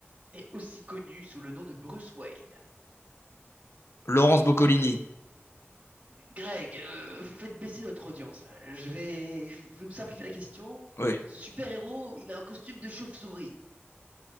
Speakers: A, on the right; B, on the left.
A: est aussi connu sous le nom de Bruce Wayne
B: Laurence Boccolini.
A: Greg, euh, vous faites baisser notre audience. là. Je vais, je vais vous simplifier la question.
B: Oui.
A: Ce super-héros, il a un costume de chauve-souris.